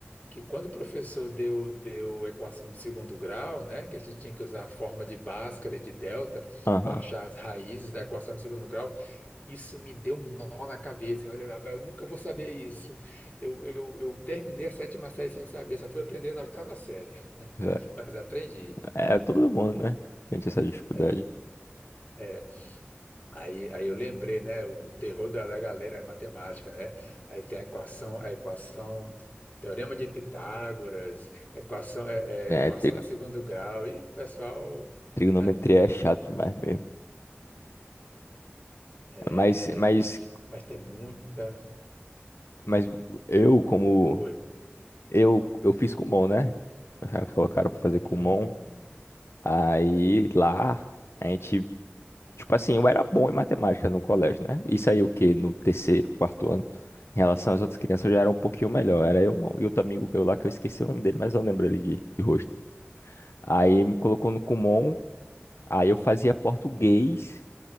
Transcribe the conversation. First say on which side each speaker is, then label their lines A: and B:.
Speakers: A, on the left; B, on the left.
A: que quando o professor deu, deu equação de segundo grau, né, que a gente tinha que usar a forma de Bhaskara e de delta
B: Aham.
A: para achar as raízes da equação de segundo grau, isso me deu um nó na cabeça. Eu, falei, "Rapaz, eu nunca vou saber isso. Eu, eu, eu terminei a sétima série sem saber, só fui aprender na oitava série, <laughs>
B: É,
A: mas aprendi.
B: é todo mundo, né? Sente essa dificuldade.
A: É. é, Aí, aí eu lembrei, né? O terror da, da galera é matemática, né? Aí tem a equação, a equação, teorema de Pitágoras, equação, é,
B: É,
A: é, equação
B: trigo-
A: de segundo grau, e o pessoal,
B: trigonometria
A: né?
B: é chato demais mesmo.
A: É,
B: Mas, mas,
A: é, mas tem muita.
B: mas eu, como.
A: Oi.
B: Eu, eu fiz Kumon, né? Eles Colocaram pra fazer
A: Hum,
B: Kumon. Aí lá, a gente. Tipo assim, eu era bom em matemática no colégio, né? Isso aí o quê? No terceiro, quarto ano. Em relação às outras crianças, eu já era um pouquinho melhor. Era eu um, e outro amigo meu lá, que eu esqueci o nome dele, mas eu lembro ele de, de rosto. Aí me colocou no Kumon. Aí eu fazia português.